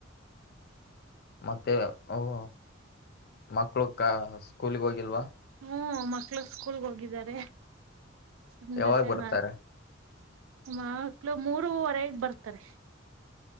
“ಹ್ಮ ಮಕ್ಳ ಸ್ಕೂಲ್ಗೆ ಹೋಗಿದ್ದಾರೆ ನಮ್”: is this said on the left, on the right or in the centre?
Right